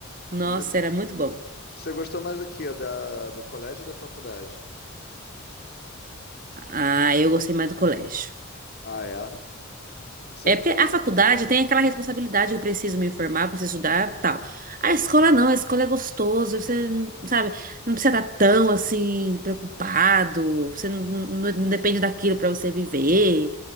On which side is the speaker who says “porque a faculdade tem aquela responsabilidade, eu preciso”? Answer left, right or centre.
Right